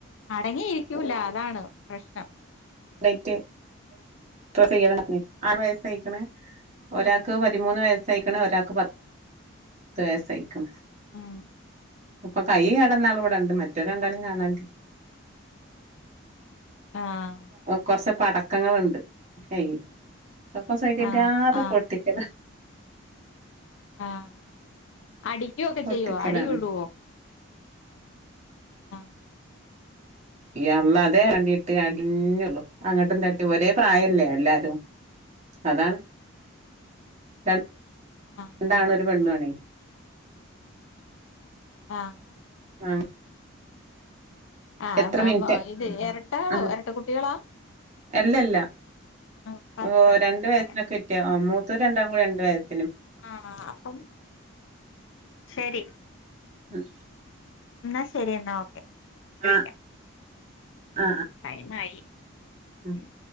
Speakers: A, on the left; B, on the right.
A: അടങ്ങിയിരിക്കൂല അതാണ് പ്രശ്നം
B: <unintelligible> ഡ്രസ്സെയ്യണന്നർഞ്ഞ് ആറ് വയസായിക്കണ് ഒരാക്ക്
A: ഉം
B: പതിമൂന്ന് വയസ്സായി ക്ക്ണ് ഒരാക്ക് പ ത്ത് വയസായക്കണ്
A: ഉം
B: ഇപ്പൊ കൈ കിടന്നാളിവിടെണ്ട് മറ്റോരെ രണ്ടാളേം കാണനില്ല
A: ആഹ്
B: കൊറച്ച് പടക്കങ്ങളുണ്ട് ഏയ് സ്വപ്പം സ്വൈര്യവില്ലാതെ
A: ആഹ് ആഹ്
B: പൊട്ടിക്കല
A: ആഹ് അടിക്കുവൊക്കെ
B: പൊട്ടിക്കലാണ്
A: ചെയ്യോ അടി കൂടുവൊ ആഹ്
B: യാ അള്ളാ അതേ വേണ്ടിട്ട് അതന്നെയൊള്ളൂ അങ്ങോട്ടും തട്ടി ഒരേ പ്രായല്ലേ എല്ലാരും അതാണ് താണ്
A: ആഹ്
B: രണ്ടാണും ഒരു പെണ്ണുവാണെ
A: ആഹ്
B: ആഹ്
A: ആഹ്
B: എത്ര
A: <unintelligible>
B: മിനിറ്റ്
A: ഇത് എരട്ടകളോ
B: ആഹ്
A: എരട്ട കുട്ടികളാ
B: അല്ലല്ല
A: ആഹ് പത്ത്
B: ഓ രണ്ട് വയസിനൊക്കെ
A: പത്തര
B: വ്യത്യ മൂത്ത രണ്ട <unintelligible> രണ്ട് വയസ്
A: അഹ് ആഹ് അപ്പം ശെരി
B: ഉം
A: എന്നാ ശരി എന്നാ ഓക്കെ വിളിക്ക
B: ആഹ് ആഹ്
A: ടൈംമായി അയ്യോ സമയം
B: ആഹ്
A: കഴിഞ്ഞു